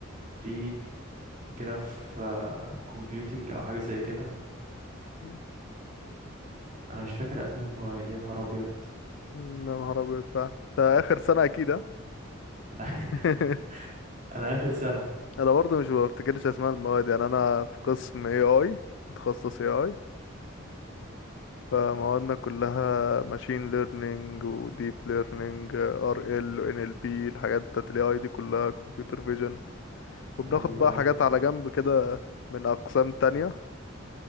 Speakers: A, on the right; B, on the left.
A: في جراف كومبيوتينج او حاجة زي كده
B: مم،
A: انا مش فاكر اسامي المواد يا نهار ابيض
B: يا نهار ابيض فعلا ده اخر سنة اكيد ها؟
A: انا
B: <laughs>
A: <laughs> انا اخر سنة
B: انا برضه مش بفتكرش اسماء المواد يعني انا في قسم اي اي متخصص اي اي فموادنا كلها ماشين ليرنينج وديب ليرنينج ار ال وان ال بي الحاجات بتاعت الاي اي دي كلها كمبيوتر فيجن وبناخد
A: ايوه
B: بقى
A: ايوه
B: حاجات على جنب كده من اقسام تانية